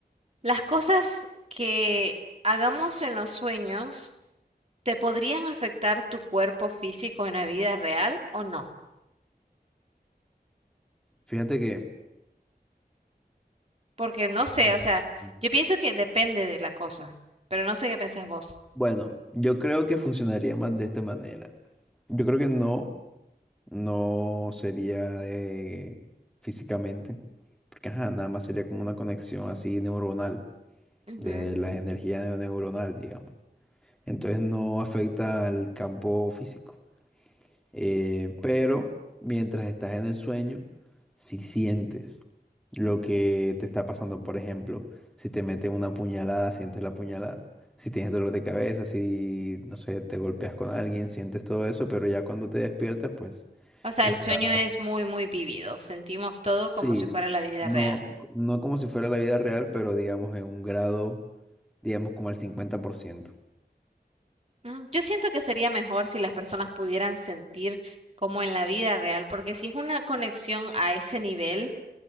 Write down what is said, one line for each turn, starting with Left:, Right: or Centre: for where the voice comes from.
Right: Las cosas que hagamos en los sueños, ¿te podrían afectar tu cuerpo físico en la vida real o no?
Centre: Fíjate que,
Right: Porque no sé,
Centre: Mm.
Right: o sea, yo pienso que depende de la cosa, pero no sé qué pensás vos.
Centre: bueno, yo creo que funcionaría más de esta manera. Yo creo que no, no sería de físicamente, porque ajá, nada más sería como una conexión así neuronal,
Right: Ujú.
Centre: de las energías neu- neuronal, digamos. Entonces no afecta al campo físico. Eh, pero mientras estás en el sueño, si sientes lo que te está pasando, por ejemplo, si te meten una puñalada, sientes la puñalada. Si tienes dolor de cabeza, si, no sé, te golpeas con alguien, sientes todo eso, pero ya cuando te despiertas, pues
Right: O sea,
Centre: Estás,
Right: el sueño es muy, muy vívido, sentimos todo como
Centre: sí,
Right: si fuera la vida
Centre: no,
Right: real.
Centre: no como si fuera la vida real, pero digamos en un grado, digamos como al cincuenta por ciento
Right: Mm, Yo siento que sería mejor si las personas pudieran sentir como en la vida real, porque si es una conexión a ese nivel,